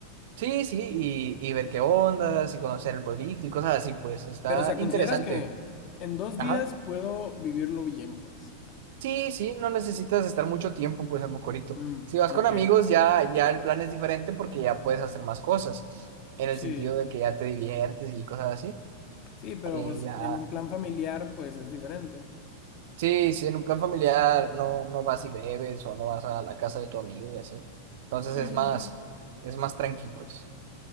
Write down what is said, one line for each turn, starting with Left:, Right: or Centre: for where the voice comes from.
Right: Sí, sí, y, y ver qué ondas y conocer el pueblito y cosas así, pues está
Left: Pero, o sea, ¿consideras
Right: interesante.
Left: que en dos días
Right: Ajá.
Left: puedo vivirlo bien, pues?
Right: Sí, sí, no necesitas estar mucho tiempo, pues, en Mocorito.
Left: Mm,
Right: Si vas
Left: ok.
Right: con amigos, ya, ya el plan es diferente porque ya puedes hacer más cosas, en el
Left: Sí.
Right: sentido de que ya te diviertes y cosas así.
Left: Sí, pero
Right: Eh,
Left: pues
Right: ya
Left: en un plan familiar, pues es diferente.
Right: Sí, si en un plan familiar no, no vas y bebes o no vas a la casa de tu amigo y así. Entonces
Left: Sí,
Right: es
Left: sí,
Right: más,
Left: sí.
Right: es más tranqui, pues.